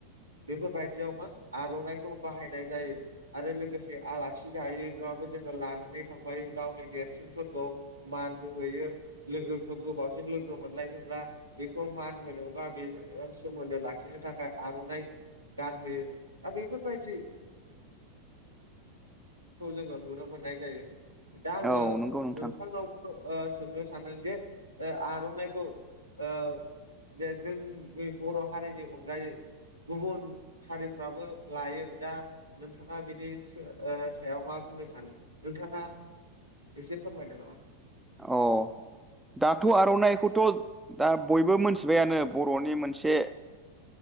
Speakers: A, on the right; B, in the centre.
A: बेफोरबायदियाव मा आर'नाइखौ बाहायनाय जायो आरो लोगोसे आलासि जायो बो जोङो लानानै थांफायो गावनि देरसिनफोरखौ मान होहोयो लोगोखौ गोबावजों लोगो मोनलायोब्ला बेखौ मान होनो बा बेजोंजों सोमोन्दो लाखिनो थाखाय आर'नाइ गानहोयो दा बेफोरबायादि ओ खौ जोङो नुनो मोननाय जायो दा आङो
B: औ नंगौ नोंथां
A: नोंथांनावबो सोंनो सानदों जे ओ आर'नाइखौ ओ जे जों बर' हारिनि अनगायै गुबुन हारिफ्राबो लायो दा नोंथाङा ओ बिनि सा सायाव मा बुंनो सानो नोंथाङा एसे फोरमायदो नामा
B: अ दाथ' आर'नाइखौथ' दा बयबो मिनथिबायानो बर'नि मोनसे